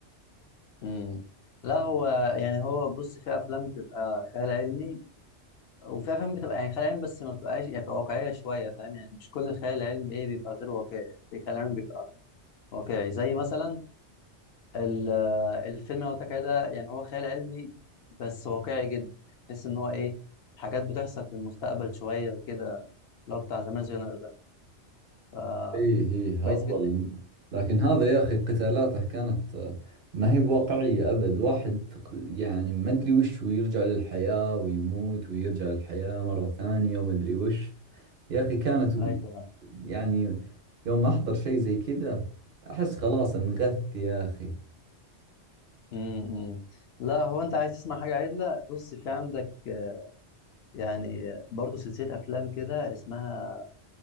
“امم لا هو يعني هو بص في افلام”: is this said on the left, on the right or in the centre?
Left